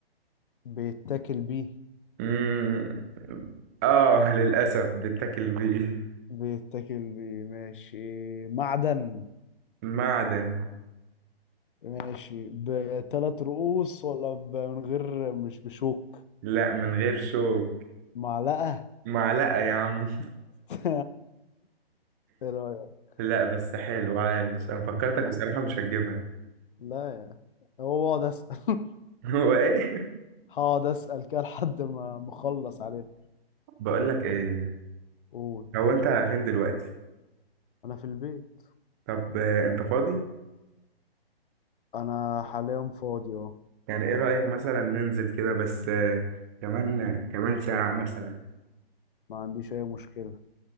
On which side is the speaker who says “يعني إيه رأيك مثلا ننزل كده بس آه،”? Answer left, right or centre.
Right